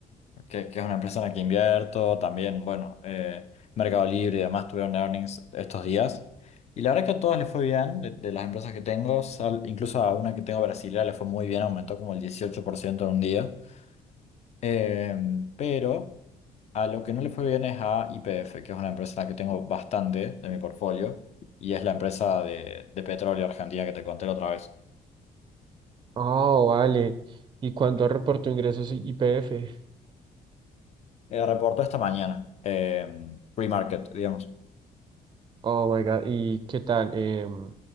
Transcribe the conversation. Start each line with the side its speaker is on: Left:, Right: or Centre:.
Left: que, que es una empresa en la que invierto, también, bueno, eh, Mercado Libre y demás tuvieron earnings estos días. Y la verdad que a todas les fue bien, de, de las empresas que tengo, sal- incluso a una que tengo brasileña le fue muy bien, aumentó como el 18% en un día. Em, pero a lo que no le fue bien es a YPF, que es una empresa en la que tengo bastante de mi portfolio y es la empresa de, de petróleo argentina que te conté la otra vez.
Right: Oh, vale. ¿Y cuánto reportó ingresos I- IPF?
Left: Eh, reportó esta mañana, eh, pre-market, digamos.
Right: Oh my God. ¿Y qué tal? Em,